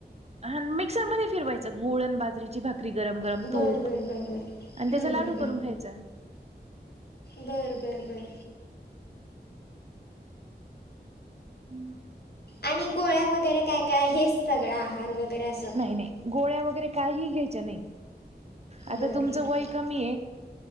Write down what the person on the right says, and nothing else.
हा मिक्सर मध्ये फिरवायचं गुळ आणि बाजरीची भाक भाकरी गरम गरम
तूप
आणि
त्याचा
लाडू करून खायचा.
हम्
नाही नाही गोळ्या वगैरे काही घ्यायच्या नाही. आता
तुमचं
वय कमी